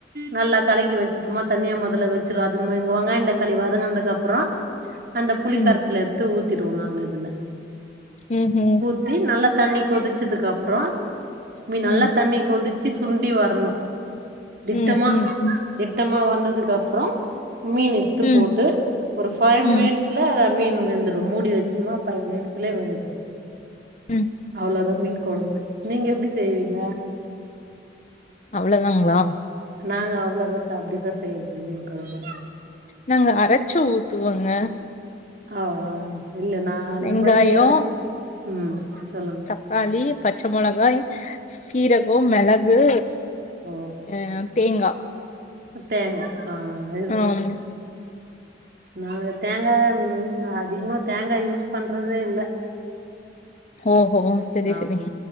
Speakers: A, on the right; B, on the left.
A: நல்லா களக்கி வெச்சுட் சுமா தண்ணிய முதல்ல வெச்சிடு அதுக்கும எங்க வெங்காயந்த களி வதங்குனதுக்கு அப்புற அந்த புளி
B: ம்
A: கரச்சுல எடுத்து ஊத்திடுவோ நாங்க இதுல
B: ம் ஹும்
A: த்தி நல்லா தண்ணி கொதிச்சதுக்கு அப்புறோ நீ நல்லா
B: ம்
A: தண்ணி கொதிச்சு சுண்டி வரணு திட்டமா
B: ம் ம் ம்
A: திட்டமா வந்ததுக்கு அப்புறோ மீனு த்து
B: ம்
A: போட்டு ஒரு ஃபைவ்
B: ம்
A: மினிட்ஸ் ல அத மீன் வெந்துடு மூடி வெச்சுமா ஃபைவ் மினிட்ஸ்லேயே வெந்துடுது
B: ம்
A: அவ்ளோதா மீன் குழம்பு நீங்க எப்டி செய்வீங்க
B: அவ்ளதாங்களா
A: நாங்க அவ்ளோதா சா அப்டித்தா செய்யறது மீன் கொழும்பு
B: நாங்க அரச்சு ஊத்துவோங்க
A: ஆ ஆ இல்ல நா அந்த
B: வெங்காயோ
A: மாரி அரச் ம் சொல்லுங்க
B: க்காளி பச்ச மொளகாய் சீரகொ மெளகு
A: ஓ
B: அ தேங்கா
A: தேங்கா ஆ இதுது
B: ம்
A: நாங்க தேங்கா ம் அதிகமா தேங்கா யூஸ் பண்றதே இல்ல
B: ஓ ஹோ சரி
A: ஆமா
B: சரி